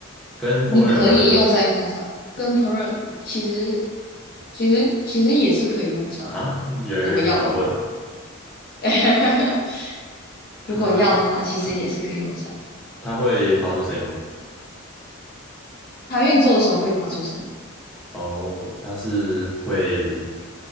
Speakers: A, in the centre; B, on the left.
A: 跟烹饪有关系吗？
B: 你可以用在运动上，跟烹饪其实其实其实也是可以用上的。
A: 啊，越来越搞混了。
B: 如果要的话，<laughs>
A: 它啊，
B: 如果要的话，其实也是可以用上。
A: 它会发出声音吗？
B: 它运作的时候会发出声音，
A: 哦，它是会